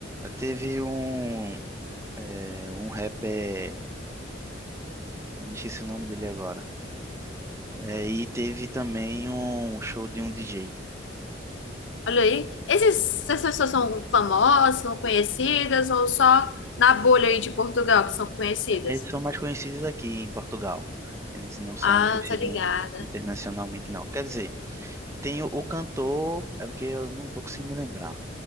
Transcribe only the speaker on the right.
Teve um, eh, um rapper, eu me esqueci o nome dele agora, Eh, e teve também um show de um DJ.
Eles são mais conhecidos aqui em Portugal. Eles não são
conhecidos
internacionalmente, não. Quer dizer, tem o, o cantor, é porque eu não tô conseguindo me lembrar,